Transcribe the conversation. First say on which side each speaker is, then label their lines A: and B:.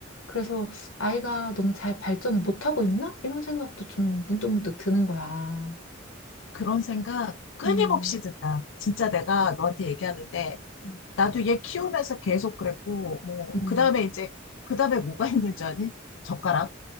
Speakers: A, on the left; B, on the left.
A: 그래서 아이가 너무 잘 발전을 못하고 있나? 이런 생각도 좀 문득문득 드는 거야.
B: 그런 생각 끊임없이
A: 음.
B: 든다. 진짜 내가 너한테 얘기하는데,
A: 음.
B: 나도 얘 키우면서 계속 그랬고, 뭐,
A: 음.
B: 그 다음에 이제, 그 다음에 뭐가 있는 줄 아니? 젓가락.